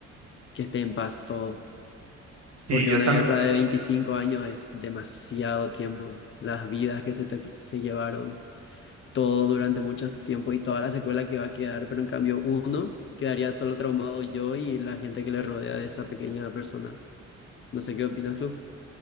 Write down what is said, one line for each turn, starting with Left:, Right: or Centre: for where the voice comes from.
Left: que esté en paz todo.
Right: Sí,
Left: porque
Right: yo
Left: una
Right: también,
Left: guerra de 25 años es demasiado tiempo. Las vidas que se, te- se llevaron, todo durante mucho tiempo y toda la secuela que va a quedar, pero en cambio uno quedaría solo traumado yo y la gente que le rodea de esa pequeña persona. No sé qué opinas tú.